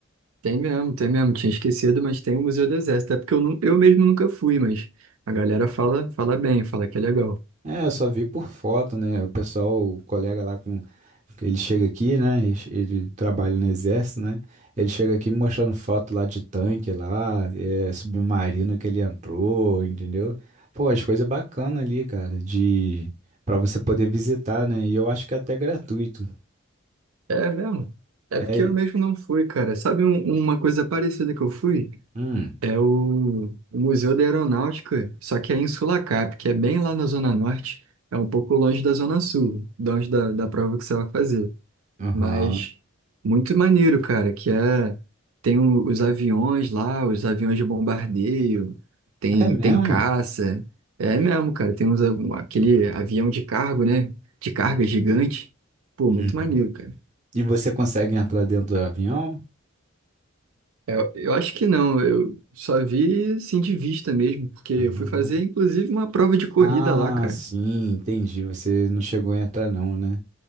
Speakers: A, on the right; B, on the right.
A: Tem mesmo, tem mesmo. Tinha esquecido, mas tem o Museu do Exército. É porque eu, nu- eu mesmo nunca fui, mas a galera fala, fala bem, fala que é legal.
B: É, eu só vi por foto, né? O pessoal, o colega lá com. Ele chega aqui, né? Ele ele trabalha no exército, né? Ele chega aqui mostrando foto lá de tanque lá, é, submarino que ele entrou, entendeu? Pô, as coisas bacanas ali, cara, de para você poder visitar, né? E eu acho que é até gratuito.
A: É mesmo. É
B: É,
A: porque eu mesmo não fui, cara. Sabe um- uma coisa parecida que eu fui?
B: hum,
A: É o, o Museu da Aeronáutica, só que é em Sulacap, que é bem lá na Zona Norte. É um pouco longe da Zona Sul, longe da, da prova que você vai fazer.
B: aham.
A: Mas muito maneiro, cara, que é tem o- os aviões lá, os aviões de bombardeio, tem
B: É
A: tem
B: mesmo?
A: caça. É mesmo, cara, tem uns, um- aquele avião de cargo, né? De carga
B: Hum,
A: gigante. Pô, muito
B: Uhum.
A: maneiro, cara.
B: E você consegue entrar dentro do avião?
A: Eu, eu acho que não, eu só vi assim de vista mesmo, porque
B: Aham.
A: eu fui fazer inclusive uma prova de corrida
B: Ah,
A: lá, cara.
B: sim, entendi. Você não chegou a entrar não, né?